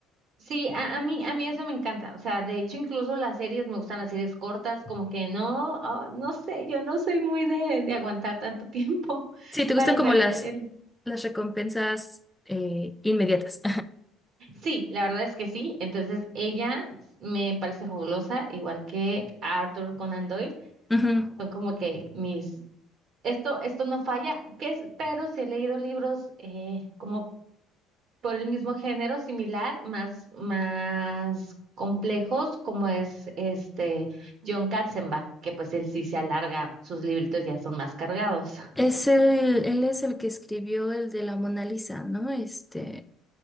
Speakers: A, on the right; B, in the centre.
A: Sí, a, a mí, a mí eso me encanta. O sea, de hecho, incluso las series, me gustan las series cortas, como que no, ah, no sé, yo no soy muy de, de aguantar tanto tiempo <laughs>
B: Sí, te
A: para
B: gustan como
A: saber
B: las,
A: el...
B: las recompensas eh, inmediatas.
A: Sí, la verdad es que sí. Entonces, ella me parece fabulosa, igual que Arthur Conan Doyle.
B: <laughs> Ujú.
A: Son como que mis... Esto, esto no falla, que es, pero sí he leído libros eh, como por el mismo género similar, más, más complejos, como es este John Katzenbach, que pues él sí se alarga, sus libritos ya son más cargados. <laughs>
B: Es el, él es el que escribió el de la Mona Lisa, ¿no? Este,